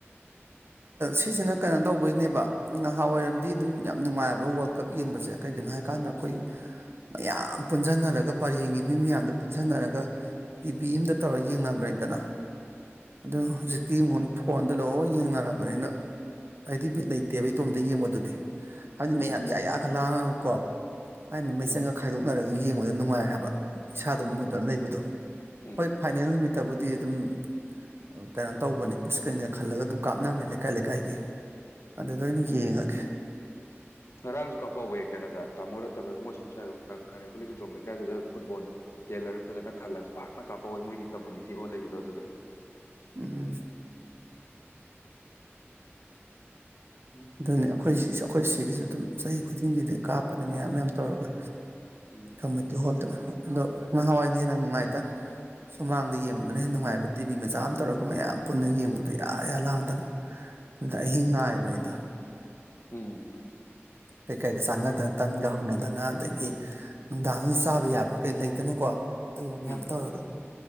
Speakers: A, on the right; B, on the left.
A: ꯁꯤꯁꯤꯅ ꯀꯩꯅꯣ ꯇꯧꯕꯩꯅꯦꯕ ꯅꯍꯥꯟꯋꯥꯏꯔꯝꯗꯤ ꯑꯗꯨꯝ ꯌꯥꯝ ꯅꯨꯡꯉꯥꯏꯕ ꯋꯥꯔꯜ ꯀꯞ ꯌꯦꯡꯕꯁꯦ ꯀꯩꯒꯤꯅꯣ ꯍꯥꯏꯕꯀꯥꯟꯗ ꯑꯩꯈꯣꯏ ꯃꯌꯥꯝ ꯄꯨꯟꯖꯟꯅꯔꯒ ꯄꯔꯦꯡꯒꯤ ꯃꯤ ꯃꯌꯥꯝꯗ ꯄꯨꯟꯖꯟꯅꯔꯒ ꯇꯤꯚꯤ ꯃꯝꯗ ꯇꯧꯔꯒ ꯌꯦꯡꯅꯕꯅꯤꯗꯅ ꯑꯗꯨ ꯍꯧꯖꯤꯛꯇꯤ ꯌꯦꯡꯉꯨ ꯐꯣꯟꯗ ꯂꯣꯏ ꯌꯦꯡꯅꯕꯔ ꯐꯕꯅꯤꯅ ꯑꯩꯗꯤ ꯕꯤꯠ ꯂꯩ ꯇꯦꯕ ꯏꯇꯣꯝꯇ ꯌꯦꯡꯕꯗꯨꯗꯤ ꯑꯍꯟ
B: ꯎꯝ
A: ꯃꯌꯥꯝ ꯌꯥꯏꯌꯥꯒ ꯂꯥꯡꯉꯒ ꯀꯣ ꯃꯥꯏ ꯃꯃꯩ
B: ꯎꯝ
A: ꯆꯪꯉꯒ ꯈꯥꯏꯗꯣꯛꯅꯔꯒ ꯌꯦꯡꯕꯗ ꯅꯨꯡꯉꯥꯏ ꯍꯥꯏꯕ ꯏꯁꯥꯗ ꯃꯨꯠꯇ ꯑꯃ ꯂꯩꯕꯗꯣ
B: ꯎꯝ
A: ꯍꯣꯏ ꯐꯥꯏꯅꯦꯜ ꯅꯨꯃꯤ ꯇꯕꯨꯗꯤ ꯑꯗꯨꯝ ꯀꯩꯅꯣ ꯇꯧꯕꯅꯤ ꯏꯁꯀ꯭ꯔꯤꯟꯒ ꯈꯜꯂꯒ ꯑꯗꯨꯝ ꯀꯥꯞꯅꯕꯅꯦ ꯂꯩꯀꯥꯏ ꯂꯩꯀꯥꯏꯒꯤ
B: ꯎꯝ
A: ꯑꯗꯨꯗ ꯑ ꯑꯣꯏꯅ ꯌꯦꯡꯉꯒꯦ
B: ꯉꯔꯥꯡꯁꯨ ꯀꯥꯄꯍꯎꯋꯦ ꯀꯩꯅꯣꯗ ꯇꯥꯃꯣꯣꯔꯠꯇꯂꯣꯏ ꯃꯣꯏ ꯁꯝ ꯁ ꯈꯥꯉꯦꯝ ꯄꯨꯂꯤꯁ ꯍꯤꯗ꯭ꯔꯣꯝ ꯂꯩꯀꯥꯏꯗꯨꯗ ꯐꯨꯠꯕꯣꯜ ꯇꯦꯂꯔ ꯐꯖꯅ ꯈꯜꯂꯒ ꯄꯥꯛꯅ ꯀꯥꯞꯄꯍꯋꯦ ꯃꯣꯏꯒꯤ ꯀꯝꯃꯨꯅꯤꯇꯤ ꯍꯣꯜ ꯂꯩꯕꯗꯣ ꯑꯗꯨꯗ
A: ꯎꯝ
B: ꯎꯝ
A: ꯑꯗꯨꯅꯤ
B: ꯎꯝ
A: ꯑꯩꯈꯣꯏ ꯁꯤꯁꯨ ꯑꯩꯈꯣꯏ ꯁꯤꯒꯤꯁꯨ ꯑꯗꯨꯝ ꯆꯍꯤ ꯈꯨꯗꯤꯡꯒꯤꯗꯤ ꯀꯥꯞꯄꯅꯦ ꯃꯌꯥꯝ ꯃꯌꯥꯝ ꯇꯧꯔꯒ
B: ꯎꯝ
A: ꯀꯃꯠꯇꯤ ꯍꯣꯜꯗ꯭ꯔ ꯑꯗꯣ ꯅꯍꯥꯟꯋꯥꯏꯅ ꯍꯦꯟꯅ ꯅꯨꯡꯉꯥꯏꯇ ꯁꯨꯃꯥꯡꯗ ꯌꯦꯡꯕꯗꯨꯅ ꯍꯦꯟꯅ ꯅꯨꯡꯉꯥꯏꯕ ꯇꯤꯚꯤ ꯃꯆꯥ ꯑꯃ ꯇꯧꯔꯒ ꯃꯌꯥꯝ ꯄꯨꯟꯅ ꯌꯦꯡꯕꯗ ꯌꯥꯌꯥ ꯂꯥꯡꯗꯅ ꯑꯗꯨꯗ ꯑꯍꯤꯡ ꯉꯥꯏꯕꯩꯗꯣ
B: ꯎꯝ
A: ꯀꯩꯀꯩꯒ ꯆꯥꯟꯅꯗꯅ ꯇꯟꯒ ꯍꯧꯅꯗꯅ ꯑꯗꯒꯤ ꯅꯨꯡꯗꯥꯡ ꯆꯥꯕ ꯌꯥꯕ ꯀꯩ ꯂꯩꯗꯅꯀꯣ ꯑꯗꯨꯒꯨꯝꯕ ꯃꯌꯥꯝ
B: ꯎꯝ
A: ꯇꯧꯔꯒ